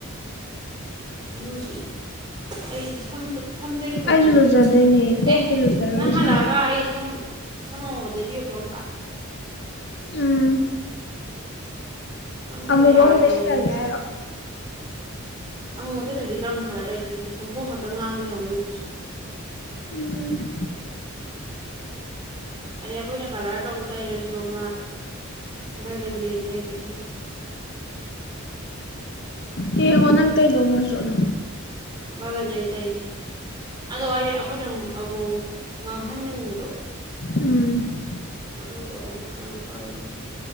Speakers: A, on the right; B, on the left.
A: ꯌꯨꯨ ꯑꯩ ꯁꯝꯇ ꯁꯝꯇꯒꯦ ꯇꯧꯕꯅꯦ
B: ꯑꯩꯁꯨ ꯂꯨꯖꯗꯣꯏꯅꯦ ꯀꯣꯛꯇꯤ
A: ꯑꯦ
B: ꯂꯨꯖꯔꯣꯏ
A: ꯅꯪ ꯍꯜꯂꯛꯑꯒ
B: ꯁꯥꯃꯤ
A: ꯑꯩ ꯁꯝ ꯁꯥꯟꯅꯉꯕꯗ ꯂꯩꯕꯤꯌꯨꯀꯣ ꯑꯝꯇ
B: ꯎꯝ
A: ꯁꯝꯁꯦ
B: ꯑꯃꯨꯕ
A: ꯌꯥꯗ꯭ꯔꯦ
B: ꯑꯃꯨ ꯇꯩꯁꯤꯜꯂꯒꯦ
A: ꯏꯕꯦꯝꯃ ꯁꯤ
B: ꯍꯥꯏꯔꯣ
A: ꯑꯃꯨꯛ ꯑꯗꯗꯤ ꯀꯔꯝ ꯈꯔ ꯇꯧꯏ ꯑꯗꯨꯗꯤ ꯁꯪꯐꯣꯡ ꯈꯛꯇꯪ ꯉꯥꯡ ꯂꯩꯍꯧꯅꯤꯗꯨꯁꯨ
B: ꯎꯝ
A: ꯍꯥꯏꯗꯤ ꯑꯩꯈꯣꯏꯅ ꯀꯂꯔ ꯇꯧꯕ ꯇꯩꯔꯁꯨ ꯑꯃ ꯕꯔꯒꯟꯗꯤ ꯇꯩꯔꯁꯨ
B: ꯍ ꯍꯅꯥꯪ ꯇ ꯗꯣ ꯍ ꯁꯣꯗ
A: ꯒꯟꯖꯇꯒꯤ ꯑꯗꯨ ꯍꯥꯏꯗꯤ ꯑꯩꯈꯣꯏꯅ ꯑꯃꯨꯛ ꯉꯥꯡꯍꯟꯅꯤꯡꯕꯗꯣ
B: ꯎꯝ
A: ꯑꯗꯨꯗ ꯑ ꯀꯌꯥꯝ ꯇꯧꯔꯣ